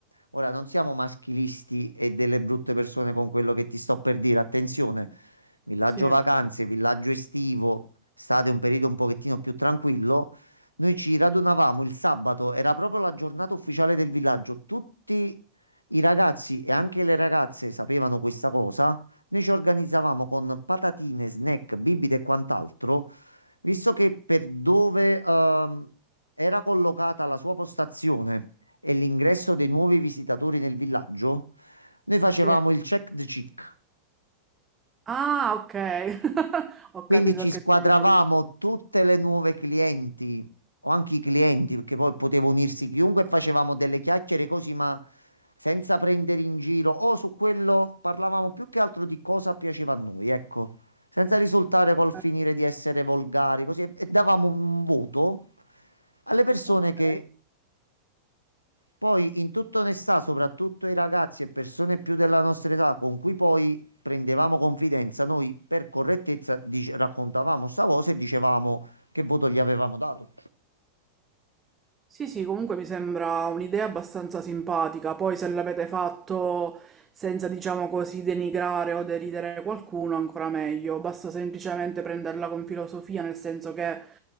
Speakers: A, on the left; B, on the right.
A: Ora, non siamo maschilisti e delle brutte persone con quello che ti sto per dire. Attenzione, villaggio
B: Sì,
A: vacanze, villaggio estivo, state un periodo un pochettino più tranquillo. Noi ci radunavamo il sabato, era proprio la giornata ufficiale del villaggio. Tutti i ragazzi e anche le ragazze sapevano questa cosa. Noi ci organizzavamo con patatine, snack, bibite e quant'altro Visto che per dove ehm, era collocata la sua postazione e l'ingresso dei nuovi visitatori nel villaggio, noi facevamo
B: sì.
A: il check the check.
B: Ah, ok. <laughs> Ho
A: Quindi
B: capito
A: ci
B: a che
A: squadravamo
B: ti riferisci.
A: tutte le nuove clienti o anche i clienti, perché poi poteva unirsi chiunque, e facevamo delle chiacchiere così, ma senza prendere in giro o su quello parlavamo più che altro di cosa piaceva a noi, ecco senza risultare col finire
B: Eh,
A: di essere volgari, così e davamo un voto. alle persone
B: Ok.
A: che poi in tutta onestà, soprattutto i ragazzi e persone più della nostra età con cui poi prendevamo confidenza, noi per correttezza dice- raccontavamo sta cosa e dicevamo che voto gli avevamo dato.
B: Sì, sì, comunque mi sembra un'idea abbastanza simpatica. Poi se l'avete fatto senza, diciamo così, denigrare o deridere qualcuno, ancora meglio. Basta semplicemente prenderla con filosofia, nel senso che